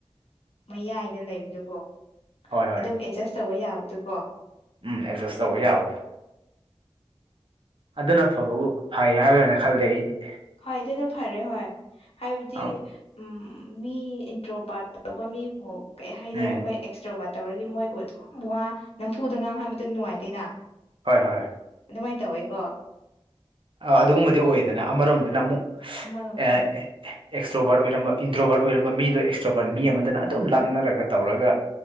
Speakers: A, on the left; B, on the right.
A: ꯃꯌꯥꯏꯗ ꯂꯩꯕꯗꯨꯕꯨ
B: ꯍꯣꯏ ꯍꯣꯏ
A: ꯑꯗꯨꯝ ꯑꯦꯠꯖꯁ ꯇꯧꯕ ꯌꯥꯕꯗꯨꯀꯣ꯫
B: ꯎꯝ ꯑꯦꯗꯖꯁ ꯇꯧꯕ ꯌꯥꯕꯗꯣ꯫ ꯑꯗꯨꯅ ꯐꯕꯕꯨ ꯐꯩ ꯍꯥꯏꯔꯅ ꯈꯜꯂꯦ ꯑꯩꯗꯤ꯫
A: ꯍꯣꯏ ꯑꯗꯨꯅ ꯐꯔꯦ ꯍꯣꯏ ꯍꯥꯏꯕꯗꯤ
B: ꯑꯧ
A: ꯎꯝ ꯃꯤ ꯏꯟꯇ꯭ꯔꯣꯄꯥꯠ ꯇꯧꯕ ꯃꯤꯕꯨ ꯀꯩ ꯍꯥꯏꯗꯩꯔꯥ
B: ꯎꯝ
A: ꯑꯩꯈꯣꯏ ꯑꯦꯛꯁꯇ꯭ꯔꯣꯕꯔꯠ꯫ ꯇꯧꯔꯗꯤ ꯃꯣꯏꯕꯨ ꯑꯗꯨꯝ ꯋꯥ ꯅꯝꯐꯨꯗ ꯉꯥꯡꯍꯟꯕꯗꯨ ꯅꯨꯡꯉꯥꯏꯇꯦꯅ꯫
B: ꯍꯣꯏ ꯍꯣꯏ
A: ꯑꯗꯨꯃꯥꯏꯅ ꯇꯧꯋꯦꯀꯣ꯫
B: ꯑꯗꯨꯒꯨꯝꯕꯗꯤ ꯑꯣꯏꯌꯦꯗꯅ ꯑꯃꯔꯣꯝꯗꯅ
A: ꯎꯝ
B: ꯑꯃꯨꯛ
A: ꯑꯃꯔꯣꯝꯗ
B: ꯑꯦ ꯑꯦꯛꯁꯇ꯭ꯔꯣꯚꯔ ꯑꯣꯏꯔꯝꯕ ꯏꯟꯗ꯭ꯔꯣꯕꯔ ꯑꯣꯏꯔꯝꯕ ꯃꯤꯗꯣ ꯑꯦꯛꯁꯇ꯭ꯔꯣꯚꯔꯠ ꯃꯤ ꯑꯃꯗꯅ ꯑꯗꯨꯝ ꯂꯥꯛꯅꯔꯒ ꯇꯧꯔꯒ꯫